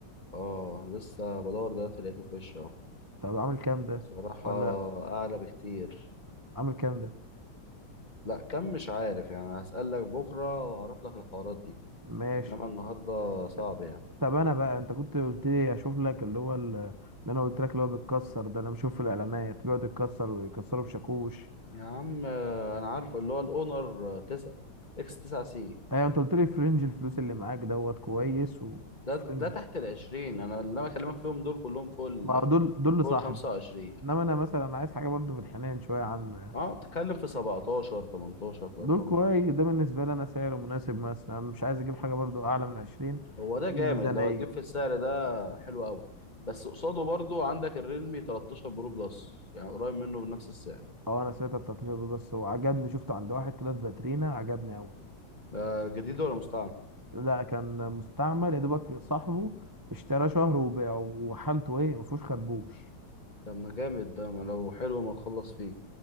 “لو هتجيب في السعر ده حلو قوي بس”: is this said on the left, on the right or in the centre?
Left